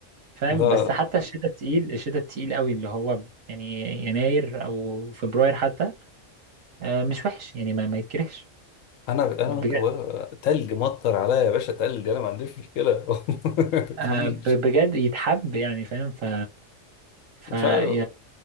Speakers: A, on the right; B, on the left.
A: فاهم
B: لا
A: بس حتى الشتاء التقيل الشتاء التقيل قوي اللي هو يعني يناير او فبراير حتى آه، مش وحش يعني ما, ما يتكرهش
B: انا انا
A: بجد
B: ممكن بقول تلج مطر عليا يا باشا تلج انا ما عنديش مشكله <laughs> مفيش
A: آه، ب- بجد يتحب يعني فاهم ف فيا
B: مش عارف